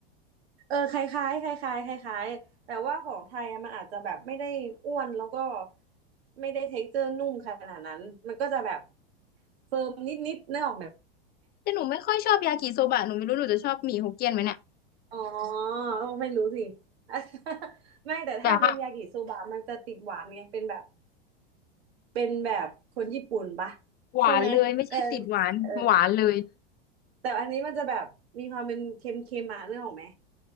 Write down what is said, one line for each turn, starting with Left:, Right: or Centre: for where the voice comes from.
Right: เออคล้ายๆคล้ายๆคล้ายๆแต่ว่าของไทยอะมันอาจจะแบบไม่ได้อ้วนแล้วก็ไม่ได้เท็กเจอร์นุ่มขนาดนั้นมันก็จะแบบเฟิร์มนิดๆนึกออกไหม
Left: แต่หนูไม่ค่อยชอบยากิโซบะหนูไม่รู้หนูจะชอบหมี่ฮกเกี้ยนไหมเนี่ย
Right: อ๋อเออไม่รู้สิ <laughs> ไม่แต่ถ้าเป็นยากิโซบะมันจะติดหวานไงเป็นแบบ
Left: แต่ค่ะ
Right: เป็นแบบคนญี่ปุ่นปะ
Left: หวานเลยไม่ใช่ติดหวานหวานเลย
Right: ใช่ไหมแต่เออแต่อันนี้มันจะแบบมีความเป็นเค็มๆมาเนื้อออกไหม